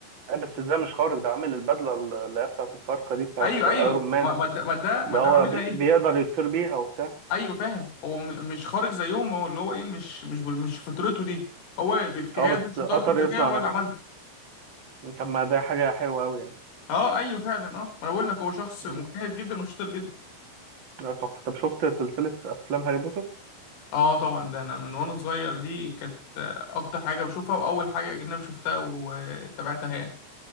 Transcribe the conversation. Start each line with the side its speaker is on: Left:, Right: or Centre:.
Right: آه، بس ازاي مش خارق ده عامل البدله اللي هي بتاعت الخارقه دي بتاعت
Left: ايوه
Right: ايرون
Left: ايوه
Right: مان
Left: ما ما ده ما ده ما
Right: ده
Left: ده
Right: هو
Left: عاملها
Right: بي-
Left: ايه
Right: بيقدر يطير بيها وبتاع
Left: ايوه فاهم هو م- مش خارج زيهم هو اللي هو ايه مش مش بال- مش فطرته دي هو باجتهاده
Right: اه بس
Left: وشطارته
Right: قطر
Left: وذكائه
Right: يصنع
Left: هو
Right: نفسه
Left: اللي عملها
Right: طب ما ده حاجه حلوه قوي يعني
Left: اه ايوه فعلا اه ما انا بقول لك هو شخص
Right: مم.
Left: مجتهد جدا وشاطر جدا
Right: لا تحفه طب شفت سلسله افلام هاري بوتر
Left: اه طبعا ده انا من وانا صغير دي كانت آه، اكتر حاجه بشوفها واول حاجه اجنبي شفتها وتابعتها يعني